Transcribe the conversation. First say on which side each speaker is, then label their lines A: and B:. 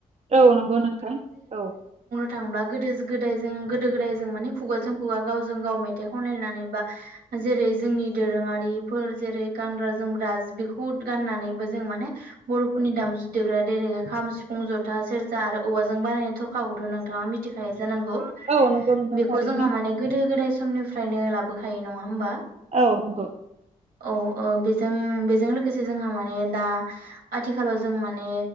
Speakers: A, on the right; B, on the right.
A: औ नंगौ नोंथां औ।
B: थांब्ला गोदो गोदायजों गोदो गोदायजों माने खुगाजों खुगा गावजों गाव मे -थाइ खनलायनानै बा जेरै जोंनि दोरोङारिफोर जेरै गानग्रा जोमग्रा बेखौ गाननानैबो जों माने बर'फोरनि दामजु देग्रा देरेग्रा खाम सिफुं जथा सेरजा आरो औवाजों बानायनाय थरखाखौ नोंथाङा मिथिखायो जानांगौ
A: औ नंगौ नोंथां
B: बेखौ
A: थारैनो
B: जोंहा माने गोदो गोदाय समनिफ्रायनो लाबोखायो नङा होमबा
A: औ नंगौ
B: औ ओ बे -जों बेजों लोगोसे जोंहा माने दा आथिखालाव जों माने